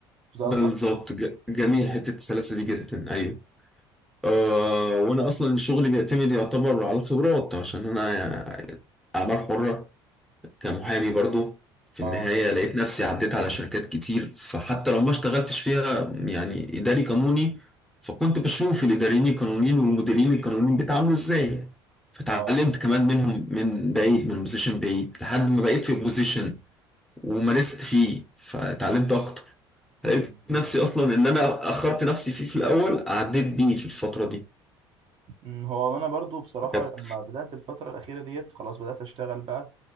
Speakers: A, on the right (about 45°); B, in the centre.
A: مش ده
B: بالظبط
A: قصدك؟
B: ج- جميل حتة السلاسة دي جدا أيوه آه وانا اصلا شغلي بيعتمد يعتبر على الخبرات عشان انا اعمال حرة كمحامي برضو في النهاية
A: اه
B: لقيت نفسي عديت على شركات كتير فحتى لو ما اشتغلتش فيها يعني اداري قانوني فكنت بشوف الاداريين القانونيين والمديرين القانونيين بيتعاملوا ازاي فتعلمت
A: اه
B: كمان منهم من بعيد من بوزيشن بعيد لحد ما بقيت في بوزيشن ومارست فيه فتعلمت اكتر لقيت
A: جميل جميل
B: نفسي
A: ده.
B: اصلا ان انا اخرت نفسي فيه في الاول عديت بيه في الفترة دي
A: أمم، هو انا برضو بصراحة
B: فكانت
A: لما بدأت الفترة الأخيرة ديت خلاص بدأت اشتغل بقى